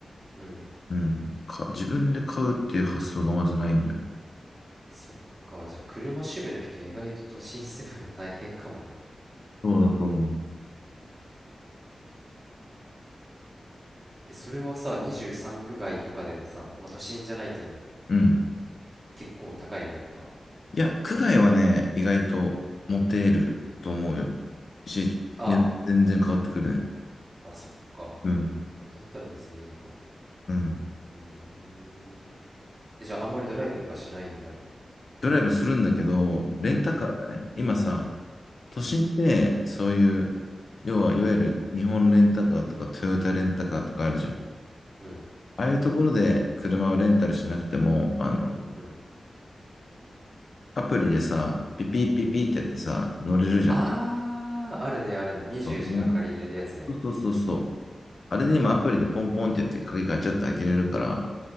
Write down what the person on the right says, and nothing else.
うん。
そっか。じゃあ、車趣味の人、意外と都心住むの大変かもね。
え、それはさ、23区外とかでもさ、まあ、都心じゃないけど、
結構高いの、やっぱ。
ああ、
まあ、そっか。
だったら別にいいのか。
うーん。え、じゃあ、あんまりドライブとかしないんだ。
うん、
うん、うん、
うん、
うん。
あー、あるね、あるね。24時間借りれるやつね。
うん、